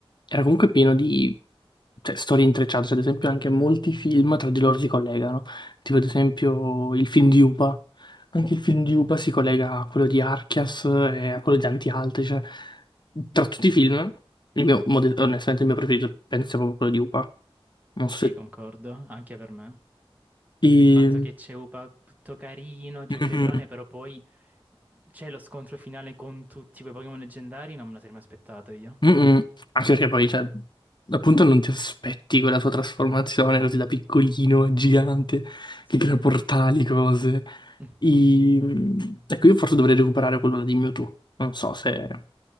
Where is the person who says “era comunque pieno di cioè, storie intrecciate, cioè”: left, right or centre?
Left